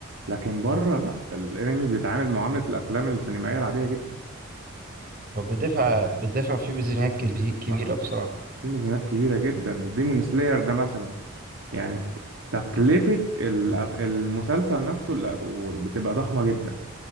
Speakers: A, on the right (about 70°); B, on the right (about 45°).
A: لكن بره لا الانمي بيتعامل معاملة الافلام السينمائية العادية جدا
B: هو بيدفع بيدفع فيه ميزانيات كبي- كبيرة
A: آه.
B: بصراحة
A: في ميزانات كبيرة جدا ديمون سلاير ده مثلا يعني تكلفة الأف- المسلسل نفسه لا- بتبقى ضخمة جدا